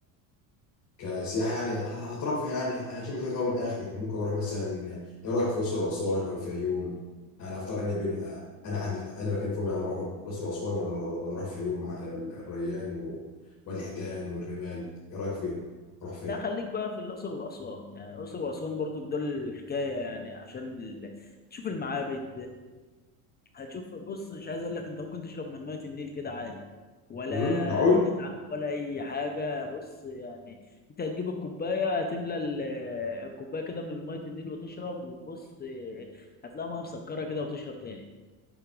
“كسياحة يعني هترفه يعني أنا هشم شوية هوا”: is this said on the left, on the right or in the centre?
Left